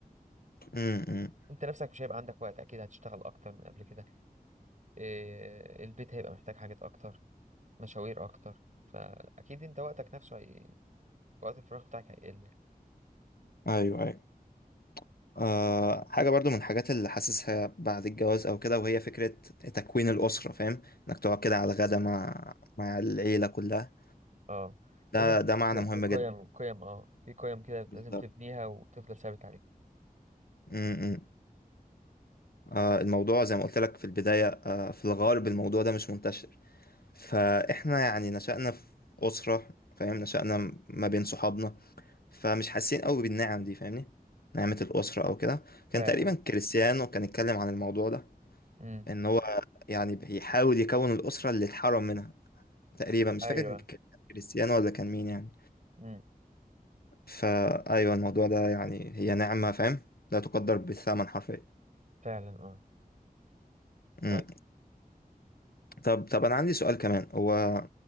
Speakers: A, on the left; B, on the right.
A: امم
B: انت نفسك مش هيبقى عندك وقت اكيد هتشتغل اكتر من قبل كده إيه، البيت هيبقى محتاج حاجات اكتر مشاوير اكتر فاكيد انت وقتك نفسه هي... وقت الفراغ بتاعك هيقل
A: ايوه ايوه أه حاجة برضو من الحاجات اللي حاسسها بعد الجواز أو كده وهي فكرة تكوين الأسرة فاهم إنك تقعد كده على الغدا مع مع العيلة كلها
B: اه لازم
A: ده ده معنى
B: ت-
A: مهم
B: قيم
A: جدا
B: قيم اه في قيم كده
A: بالظبط
B: لازم تبنيها وتفضل ثابت عليها
A: م- م. أه الموضوع زي ما قلت لك في البداية أه في الغرب الموضوع ده مش منتشر فإحنا يعني نشأنا في أسرة فاهم نشأنا م- ما بين صحابنا فمش حاسين قوي بالنعم دي فاهمني نعمة الأسرة أو كده كان
B: فعلا
A: تقريبا كريستيانو كان اتكلم عن الموضوع ده
B: امم
A: ان هو يعني بيحاول يكون الاسره اللي اتحرم منها تقريبا مش
B: ايوه
A: فاكر كان كان كريستيانو ولا كان مين يعني
B: امم
A: فايوه الموضوع ده يعني هي نعمه فاهم لا تقدر بالثمن حرفيا
B: فعلا اه
A: مم.
B: طيب
A: طب طب انا عندي سؤال كمان هو